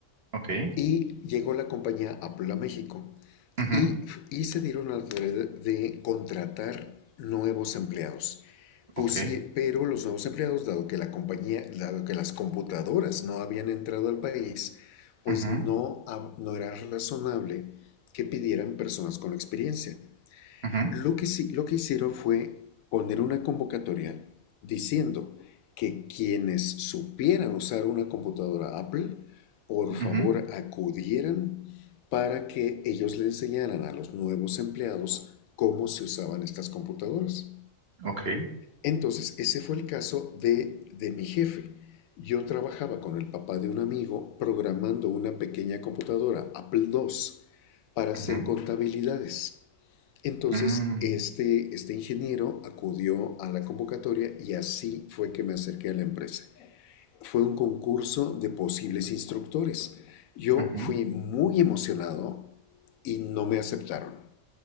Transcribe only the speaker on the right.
ok,
ujú,
ok,
ujú,
ujú,
ujú,
ok,
ujú,
mm.
Ujú,